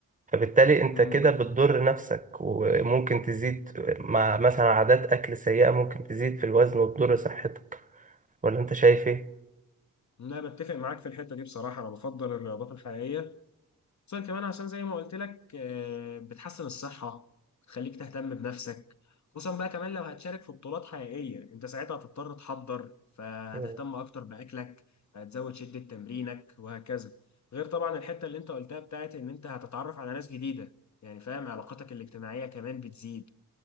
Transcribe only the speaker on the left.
امم
لا بتفق معاك في الحته دي بصراحه انا بفضل الرياضات الحقيقيه خصوصا كمان عشان زي ما قلت لك آه، بتحسن الصحة بتخليك تهتم بنفسك خصوصا بقى كمان لو هتشارك في بطولات حقيقية انت ساعتها هتضطر تحضر فهتهتم
اكتر بأكلك هتزود شدة تمرينك وهكذا غير طبعا الحتة اللي انت قلتها بتاعت ان انت هتتعرف على ناس جديدة يعني فاهم علاقاتك الاجتماعية كمان بتزيد